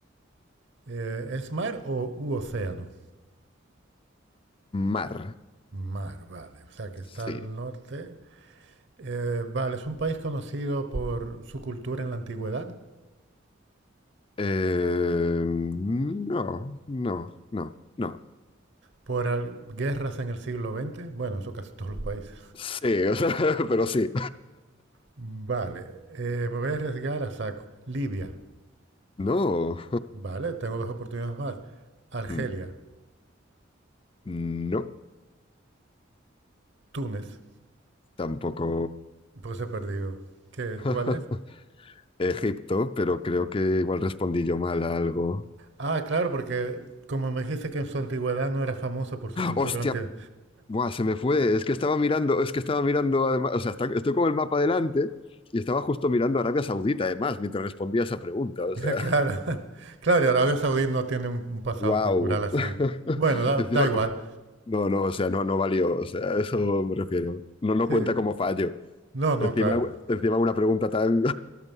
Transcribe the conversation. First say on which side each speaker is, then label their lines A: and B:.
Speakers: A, on the right; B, on the left.
A: Eh, ¿es mar o u océano?
B: Mar,
A: Mar, vale. O sea que
B: sí.
A: está al norte Eh, vale, es un país conocido por su cultura en la antigüedad,
B: Eh, no, no, no, no.
A: por al- guerras en el siglo veinte Bueno, eso casi todos los países.
B: Sí, <laughs> o sea, pero sí.
A: Vale, eh, me voy a arriesgar a saco. Libia.
B: No.
A: Vale, tengo dos oportunidades más. Argelia,
B: Hmm. No,
A: Túnez.
B: tampoco
A: Pues he perdido. ¿Qué?
B: <laughs>
A: ¿Cuál es?
B: Egipto, pero creo que igual respondí yo mal a algo.
A: Ah, claro, porque como me dijiste que en su antigüedad no era famoso por su cultura
B: ¡Hostia!
A: antigua.
B: Buah, se me fue. Es que estaba mirando, es que estaba mirando, además, o sea, está- estoy con el mapa delante y estaba justo mirando Arabia Saudita, además, mientras respondía esa pregunta. O
A: <laughs>
B: sea,
A: Claro, <laughs> claro, y Arabia Saudí no tiene un, un pasado
B: wow.
A: cultural así.
B: <laughs>
A: Bueno, da,
B: Encima,
A: da igual.
B: no, no, o sea, no, no valió. O sea, a eso me refiero. No, no
A: Sí.
B: cuenta como fallo.
A: No, no,
B: Encima,
A: claro.
B: encima una pregunta tan.